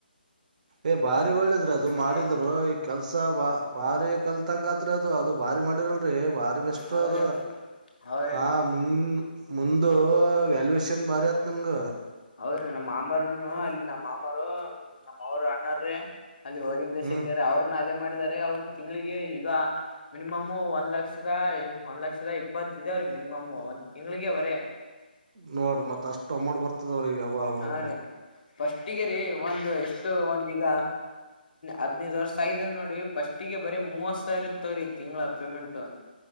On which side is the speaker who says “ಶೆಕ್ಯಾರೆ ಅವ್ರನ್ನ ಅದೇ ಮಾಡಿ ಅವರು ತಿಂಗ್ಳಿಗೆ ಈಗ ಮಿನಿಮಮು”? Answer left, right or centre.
Left